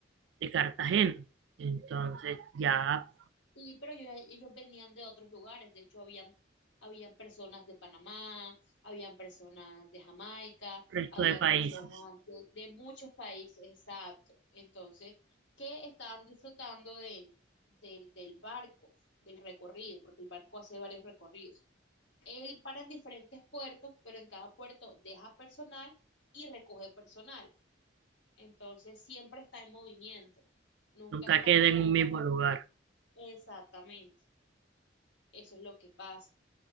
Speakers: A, on the right; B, on the left.
A: de Cartagena. Entonces, ya
B: Sí, pero ellos, ellos venían de otros lugares, de hecho habían, habían personas de Panamá, habían personas de Jamaica,
A: resto
B: habían
A: de países
B: personas de, de muchos países, exacto, entonces, que estaban disfrutando del, del, del barco, del recorrido, porque el barco hace varios recorridos. Él para en diferentes puertos, pero en cada puerto deja personal y recoge personal, entonces siempre está en movimiento, nunca
A: nunca
B: está
A: queda
B: como,
A: en un mismo
B: bueno,
A: lugar.
B: exactamente eso es lo que pasa.